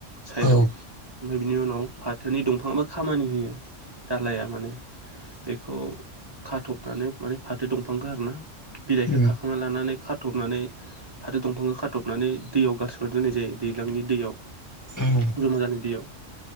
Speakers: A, on the right (about 30°); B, on the left (about 25°).
A: साइदआव
B: औ
A: ओमफ्राय बिनि उनाव फा थोनि दंफा बा खामानि होयो दालाया माने बेखौ खाथबनानै माने फाथो दंफांखो आरोना। बिलाइखौ
B: उम
A: खाखांना लानानै खाथबनानै फाथो दंफां खाथबनानै दैयाव गारसोमनानै दोननाय जायो दैज्लांनि दैयाव।
B: <unintelligible>
A: <unintelligible> दैयाव।